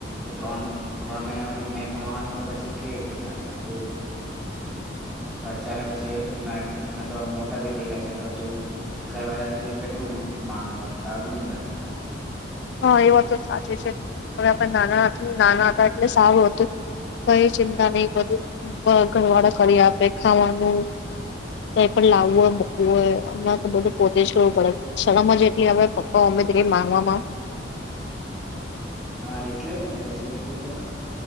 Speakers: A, in the centre; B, on the left.
A: ત્રણ ત્રણ મહિનાથી મેં કમાવાની તો પછી કે રી ચાલ બધું ખર્ચા ને પછી મ મોટા ભી થઈ ગયા છે બધું ઘરવાળા થી બી કેટલું માંગવાનું સારું બી નહી લાગે
B: હા એ વાત તો સાચી છે હવે નાના નાના હતા એટલે સારું હતું. કઈ ચિંતા નહી બધું ઘરવાળા કરી આપે ખાવાનું ક પણ લાવવું હોય મૂકવું હોય હમણાં તો બધું પોતે જ કરવું પડે શણમમાં જેટલી આવે અપા ઉમે દ મામા
A: હા એટલે જ ને. પછી એટલે તો